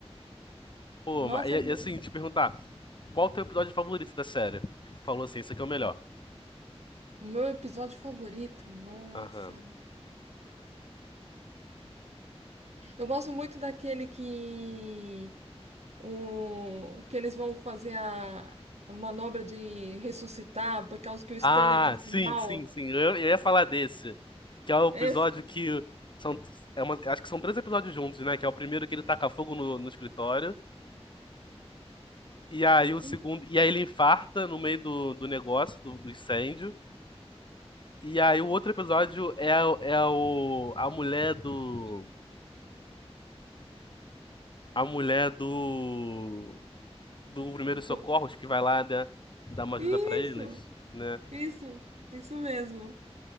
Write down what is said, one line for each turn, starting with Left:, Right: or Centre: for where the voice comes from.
Left: Pô,
Right: Nossa,
Left: mas, e,
Right: é o
Left: e assim, te perguntar, qual o teu episódio favorito da série? Que tu falou assim, esse aqui é o melhor.
Right: meu episódio favorito. Nossa.
Left: Aham.
Right: Eu gosto muito daquele que o que eles vão fazer a, a manobra de ressuscitar por causa que o Stanley
Left: Ah,
Right: passou
Left: sim,
Right: mal.
Left: sim, sim. Eu, eu ia falar desse. Que é o episódio
Right: Esse,
Left: que. São, é uma- acho que são três episódios juntos, né? Que é o primeiro que ele taca fogo no, no escritório. E aí o segundo.
Right: é
Left: E aí ele infarta no meio do, do negócio, do, do incêndio. E aí o outro episódio é, o- é o, a mulher do. A mulher do. Do Primeiros Socorros
Right: do-
Left: que vai lá né, dar uma ajuda
Right: isso.
Left: pra eles, né?
Right: Isso, isso mesmo.